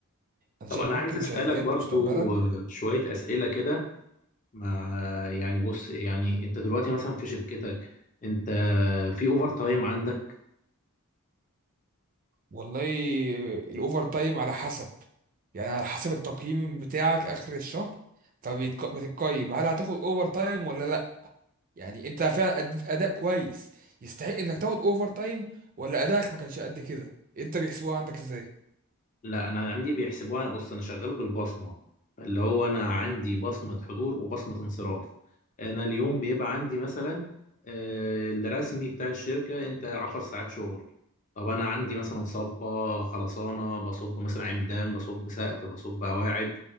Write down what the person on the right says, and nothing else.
انا
شايف
ممكن
شركات
مستقبلا
والله الاوفر تايم على حسب يعني على حسب التقييم بتاعك اخر الشهر فبتقيم هل هتاخد اوفر تايم ولا لا يعني انت فعلا اديت اداء كويس يستحق انك تاخد اوفر تايم ولا ادائك ما كانش قد كده انت بيحسبوها عندك ازاي